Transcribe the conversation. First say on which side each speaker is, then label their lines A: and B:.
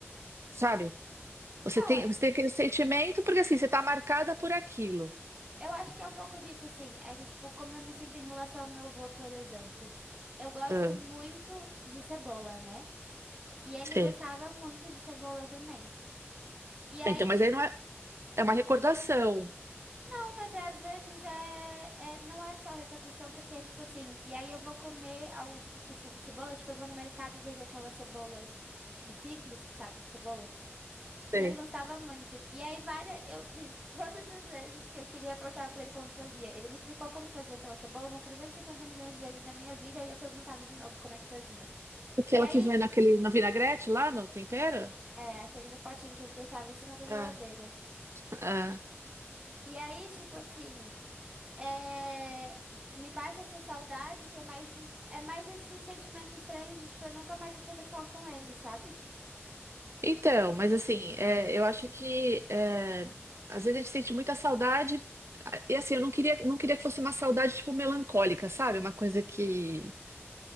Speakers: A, on the right; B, on the right.
A: sabe?
B: Então,
A: Você tem,
B: é-
A: você tem aquele sentimento porque assim, você está marcada por aquilo.
B: eu acho que é um pouco disso, assim. É que, tipo, como eu me sinto em relação ao meu avô, por exemplo. Eu gosto
A: Ah,
B: muito de cebola, né? E ele
A: sei.
B: gostava muito de cebola também. E aí,
A: Ah, Então, mas
B: tipo,
A: aí não é, é uma recordação.
B: não, mas é, às vezes é, é- não é só recordação, porque é tipo assim, e aí eu vou comer algum tipo específico de cebola, tipo, eu vou no mercado e vejo aquelas cebolas, tipo, picles, sabe, de cebola.
A: Sei.
B: que ele gostava muito. E aí, várias, eu, <laughs> todas as vezes que eu queria, eu perguntava pra ele como fazia. Ele me explicou como fazia aquela cebola umas 350 milhões de vezes na minha vida e eu perguntava de novo como é que fazia.
A: Aquela
B: E aí,
A: que vai naquele, na vinagrete lá no tempero?
B: é, aquele potinho que ele deixava em cima da geladeira.
A: Ah, ah.
B: E aí, tipo assim, é, me bate essa saudade que é mais, é mais esse sentimento estranho de, tipo, eu nunca mais vou poder falar com ele, sabe?
A: Então, mas assim, é, eu acho que é, às vezes a gente sente muita saudade, a- e assim, eu não queria, não queria que fosse uma saudade tipo melancólica, sabe? Uma coisa que.